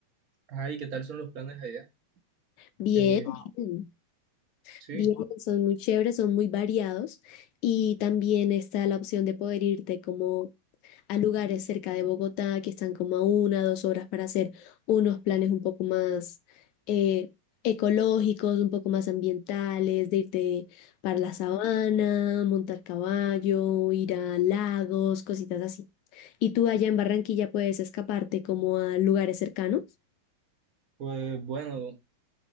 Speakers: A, on the right (about 40°); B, on the left (about 40°).
A: ay, ¿qué tal son los planes allá?
B: Bien,
A: Eh,
B: bien,
A: sí,
B: bien, son muy chéveres, son muy variados y también está la opción de poder irte como a lugares cerca de Bogotá que están como a una, dos horas para hacer unos planes un poco más eh, ecológicos, un poco más ambientales, de irte para la sabana, montar caballo, ir a lagos, cositas así. ¿Y tú allá en Barranquilla puedes escaparte como a lugares cercanos?
A: pues bueno,